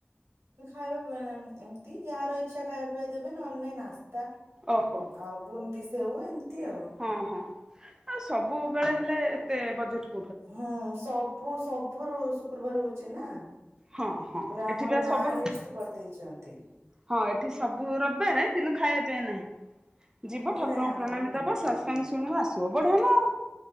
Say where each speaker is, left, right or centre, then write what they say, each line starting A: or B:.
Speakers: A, on the right; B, on the right.
A: ଖାଇବା ପିଇବା ନାଇ ଏମିତି ଯାହାର ଇଚ୍ଛା ଖାଇବା ପିଇବା ଦେବେ ନହେଲେ ନାଇଁ ନାସ୍ତା
B: ଓହୋ।
A: ଆଉ ବୁନ୍ଦି ସେଓ ଏମିତି ଆଉ।
B: ହଁ ହଁ ଆଉ ସବୁବେଳେ ହେଲେ ଏତେ ବଜେଟ
A: ହଁ ସବୁ ସବୁ ରୁ ଶୁକ୍ରବାର ହଉଛି ନା।
B: ହଁ ହଁ
A: ପୁରା
B: ଏଠି
A: ଆମର
B: ବା
A: ନାଁ
B: ସବୁ
A: ଲିଷ୍ଟ କରିଦେଇଛନ୍ତି।
B: ହଁ ଏଠି ସବୁ ରବିବାରେ କିନ୍ତୁ ଖାଇବା ପିଇବା ନାହିଁ। ଯିବ ଠାକୁରଙ୍କୁ
A: ନାଇଁ ଆମର
B: ପ୍ରଣାମୀ
A: ବି
B: ଦବ
A: ନାହିଁ
B: ସତସଙ୍ଗ ଶୁଣିବ ଆସିବ ବଢିଆ ନା ଆଉ।